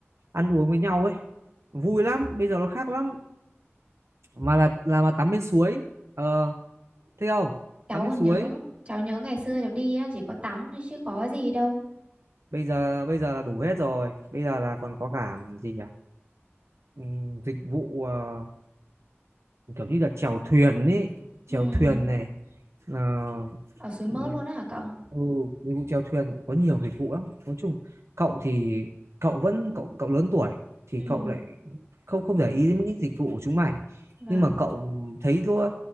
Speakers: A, on the right; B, on the right.
A: ăn uống với nhau ấy vui lắm bây giờ nó khác lắm mà là là mà tắm bên suối ờ thấy không
B: cháu
A: tắm bên
B: còn
A: suối
B: nhớ cháu nhớ ngày xưa cháu đi á chỉ có tắm thôi chứ có gì đâu
A: bây giờ bây giờ là đủ hết rồi bây giờ là còn có cả gì nhỉ Ừm, dịch vụ ờ, kiểu như là chèo thuyền ấy chèo
B: ừ.
A: thuyền này là
B: ở suối Mỡ
A: ừ,
B: luôn á hả cậu
A: ừ, dịch vụ chèo thuyền có nhiều dịch vụ lắm nói chung cậu thì cậu vẫn cậu cậu lớn tuổi thì
B: ừ.
A: cậu lại không không để ý đến những cái dịch vụ của chúng mày
B: vâng
A: nhưng mà cậu thấy nó